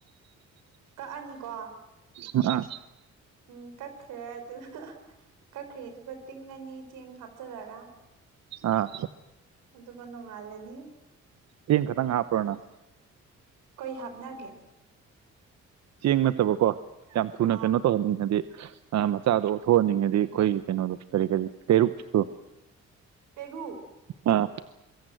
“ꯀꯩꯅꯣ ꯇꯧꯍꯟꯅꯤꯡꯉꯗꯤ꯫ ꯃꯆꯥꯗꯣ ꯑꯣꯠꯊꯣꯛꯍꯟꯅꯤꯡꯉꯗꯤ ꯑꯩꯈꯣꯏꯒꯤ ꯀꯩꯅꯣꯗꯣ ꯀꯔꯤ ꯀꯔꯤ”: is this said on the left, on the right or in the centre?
Right